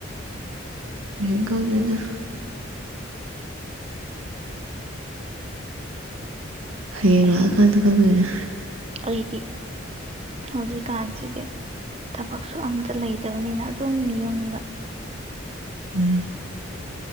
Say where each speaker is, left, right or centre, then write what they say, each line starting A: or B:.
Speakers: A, on the right; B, on the right.
A: ꯌꯦꯡ ꯈꯪꯅꯤꯗ ꯍꯩꯌꯦꯡ
B: ꯑꯁ
A: ꯂꯥꯛꯑ ꯀꯥꯟꯗ ꯈꯪꯗꯨꯏꯅꯦ
B: ꯑꯩꯗꯤ ꯍꯧꯖꯤꯛꯀꯥꯟꯁꯤꯗꯤ ꯊꯕꯛꯁꯨ ꯑꯝꯇ ꯂꯩꯇꯕꯅꯤꯅ ꯑꯗꯨꯝ ꯌꯨꯝꯗ
A: ꯎꯝ